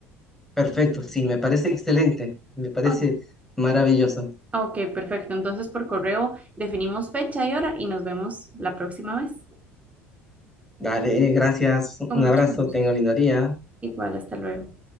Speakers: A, in the centre; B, on the right (about 20°).
A: Perfecto, sí, me parece excelente, me parece
B: O-
A: maravilloso.
B: ok, perfecto. Entonces, por correo definimos fecha y hora y nos vemos la próxima vez.
A: Dale, gracias,
B: Con
A: un
B: mucho
A: abrazo,
B: gusto.
A: tengo lindo día.
B: Igual, hasta luego.